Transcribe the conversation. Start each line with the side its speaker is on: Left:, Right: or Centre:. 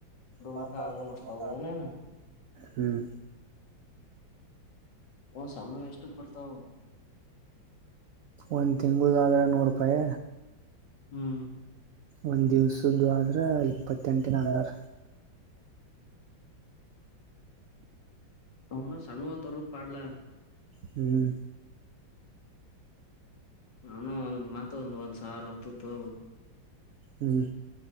Right: ಹ್ಮ
Left: ಮಟ್ಟ ಆಗು ಹೌದನೇನ
Right: ಹ್ಮ್
Left: ಒಂದ್ ಸಣ್ಣ ಎಷ್ಟಕ್ ಬರ್ತಾವ
Right: ಒಂದ್ ತಿಂಗಳ ಆದ ನೂರು ರೂಪಾಯ
Left: ಹ್ಮ್
Right: ಒಂದ್ ದಿವ್ಸ್ದು ಆದ್ರ ಇಪ್ಪತ್ತೆಂಟ ನಲ್ಾರ
Left: ಹಣ ಸ್ಣುವ ತರರು ಪಡ್ಲಾ
Right: ಹ್ಮ್
Left: ನಾನು ಒಂದ್ ಮತ ಒಂದ ಒಂದ್ ಸಾವಿರ ಹತ್ತು ತೋ
Right: ಹ್ಮ್